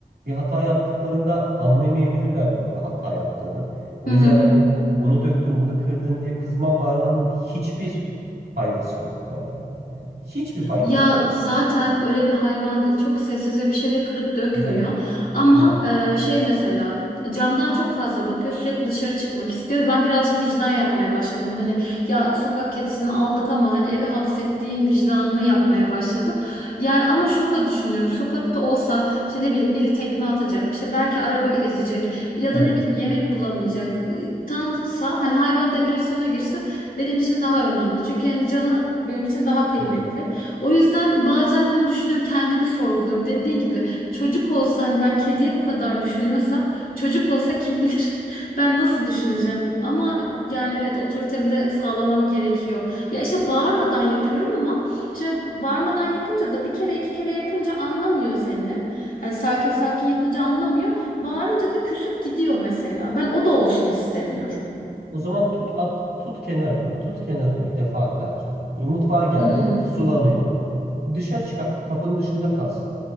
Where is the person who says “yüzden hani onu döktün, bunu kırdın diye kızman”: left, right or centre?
Right